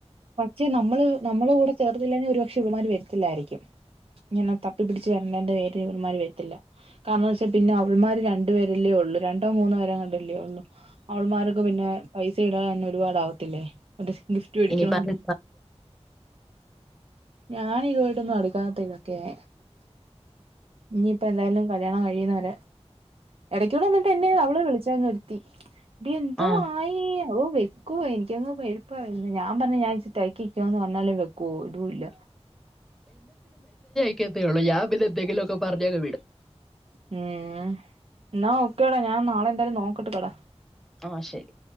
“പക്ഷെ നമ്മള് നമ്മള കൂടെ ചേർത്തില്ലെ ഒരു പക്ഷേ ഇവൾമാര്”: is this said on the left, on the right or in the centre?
Right